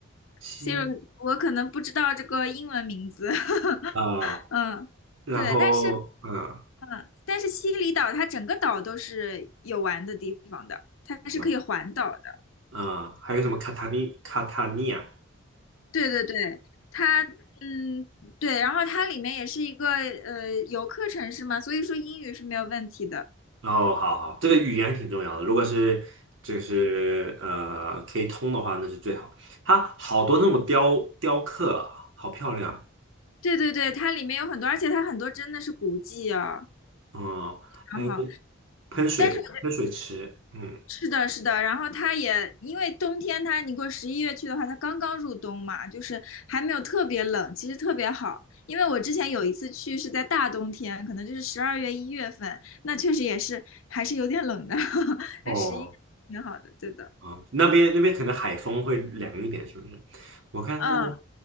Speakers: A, on the right; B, on the left.
A: 西
B: ，Siri，我可能不知道这个英文名字，<laughs>
A: 啊，
B: 嗯，
A: 然后嗯啊、
B: 对，但是嗯，但是西里岛它整个岛都是有玩的地方的，它是可以环岛的。
A: 我啊，呃还有什么卡塔尼卡塔尼亚，
B: 对对对。它。嗯，对，然后它里面也是一个呃游客城市嘛，所以说英语是没有问题的。
A: 哦，好好，这个语言挺重要的。如果是就是呃可以通的话，那是最好。它好多那种雕雕刻啊好漂亮。
B: 对对对，它里面有很多，而且它很多真的是古迹哦。
A: 嗯，还有一些
B: 然后，
A: 喷水喷水池，
B: 但是
A: 嗯，
B: 是的，是的，然后它也因为冬天它，你如果十一月去的话，它刚刚入冬嘛，就是还没有特别冷，其实特别好。因为我之前有一次去是在大冬天，可能就是十二月一月份，那确实也是还是有点冷的，<laughs>
A: 哦，
B: 但十一挺好的，对的。
A: 啊，那边那边可能海风会凉一点，是不是？我看它的，
B: 嗯